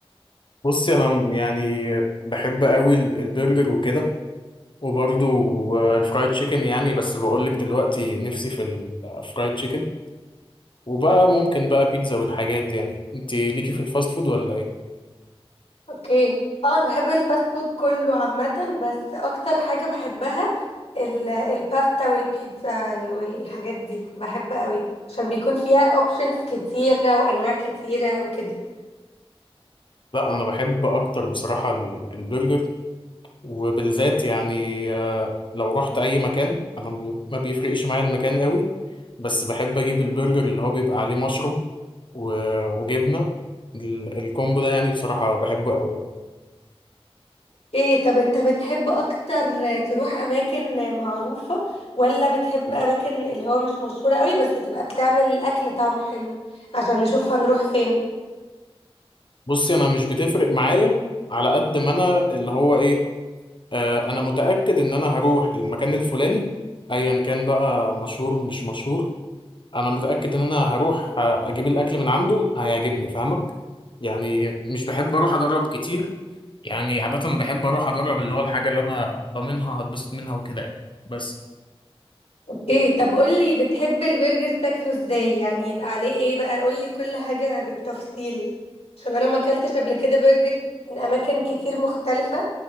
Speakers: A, on the left (about 55°); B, on the left (about 75°).
A: بصي انا يعني بحب قوي ال- البرجر وكده وبرضو آه، الفرايد تشيكن يعني بس بقول لك دلوقتي نفسي في الفرايد تشيكن وبقى ممكن بقى بيتزا والحاجات دي يعني انت ليكي في الفاست فود ولا ايه
B: اوكي اه انا بحب الفاست فود كله عامة بس اكتر حاجة بحبها ال- الباستا والبيتزا والحاجات دي بحب قوي عشان بيكون فيها اوبشنز كتيرة وانواع كتيرة وكده
A: لا انا بحب اكتر بصراحه ال- البرجر وبالذات يعني آه، لو رحت اي مكان انا م- ما بيفرقش معايا المكان قوي بس بحب اجيب البرجر اللي هو بيبقى عليه مشروم و- وجبنه ال- الكومبو ده يعني بصراحه بحبه قوي يعني
B: ايه طب انت بتحب اكتر تروح اماكن معروفة ولا بتحب اماكن اللي هو مش مشهورة قوي بس تبقى بتعمل اكل طعمه حلو عشان نشوف هنروح فين
A: بصي انا مش بتفرق معايا على قد ما انا اللي هو ايه آه، انا متاكد ان انا هروح المكان الفلاني ايا كان بقى مشهور مش مشهور انا متاكد ان انا هروح آه، اجيب الاكل من عنده هيعجبني فاهمه يعني مش بحب اروح اجرب كتير يعني عادة بحب أروح أجرب اللي هو الحاجة اللي أنا ضامنها هتبسط منها وكده يعني بس
B: ايه طب قولي بتحب البرجر تاكله ازاي يعني يبقى عليه ايه بقى قولي كل حاجة بالتفصيل عشان انا ما اكلتش قبل كده برجر من اماكن كتير مختلفة